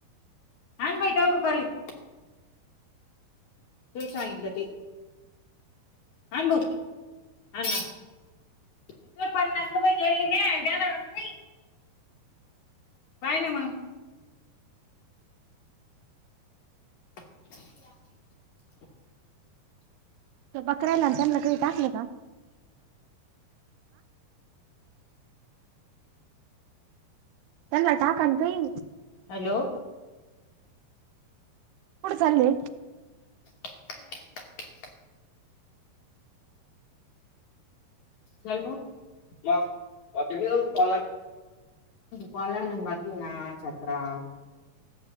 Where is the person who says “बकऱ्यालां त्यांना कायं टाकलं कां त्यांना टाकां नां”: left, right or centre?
Right